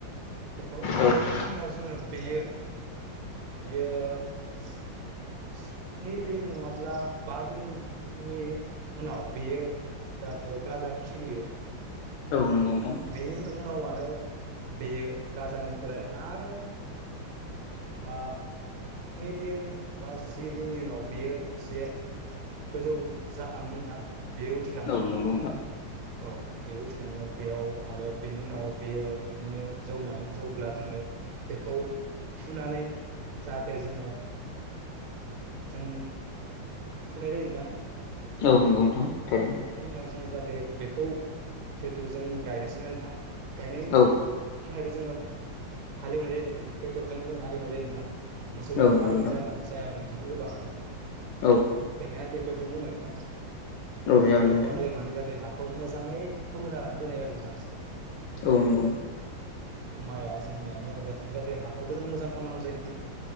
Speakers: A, on the right; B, on the left.
A: बेखौ
B: औ
A: बेनि उनाव जोङो बेयो बियो न्सिदिन नङाब्ला बा दिननि उनाव बेयो जाहाथे गाजा खिलियो
B: औ नंगौ नोंथां
A: बेनि उनाव आरो बेयो गाजानिफ्राय आरो बा स्नि दिन बा जि दिननि उनाव बियो एसे गोजौ जाखांङो नोंथां बेयो उथिखाङो नोंथां।
B: औ नंगौ
A: औ बेखौ थिखांङो बेयाव आरो बेनि उनाव बेयो बिदिनो जौनानै जौब्ला जोङो बेखौ फुनानै जाहाथे जोङो जों फुनाय जायो नोंथां।
B: औ नंगौ नोंथां। थारैनो
A: मानि उनाव जों जाहाथे बेखौ जेथु जों गायनोसै नोंथां गायनायनि
B: औ
A: थाखायबो जोङो हालेवनाय जायो ट्रेक्टरजों जों हालेवनाय जायो नोंथां। मोसौ
B: औ
A: दोंथ'
B: नंगौ
A: हालेवनाय
B: नोंथां
A: जाया जाया नोंथां गोबाङानो
B: औ
A: बेखायनो टेकटर जों बुंबाय नोंथां
B: औ
A: जाहाथे
B: जागोन
A: जों
B: दे
A: बेखौ
B: नोंथां
A: हालेवनानै जाते खौ मोजाङै फोमोनना लानाय जायो आरो नोंथां
B: औ नंगौथ
A: माइया जोंनिया मोजां जाथों जाहाथे हाखौबो जों मोजां खालामनांगौ जायो नोंथां।